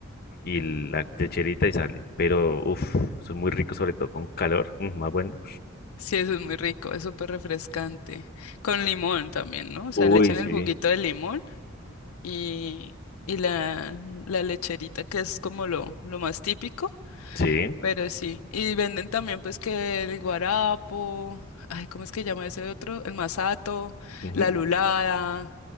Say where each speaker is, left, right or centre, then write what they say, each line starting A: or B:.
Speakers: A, on the left; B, on the left.
A: y la techerita y sale. Pero, uff, son muy ricos, sobre todo con calor. mm, más bueno.
B: Sí, eso es muy rico, es súper refrescante. Con limón también, ¿no? O sea,
A: Uy,
B: le echan
A: sí.
B: el juguito de limón y, y la, la lecherita, que es como lo, lo más típico.
A: Sí.
B: Pero sí, y venden también pues que el guarapo, ay, ¿cómo es que llama ese otro? El masato,
A: ujú,
B: la lulada,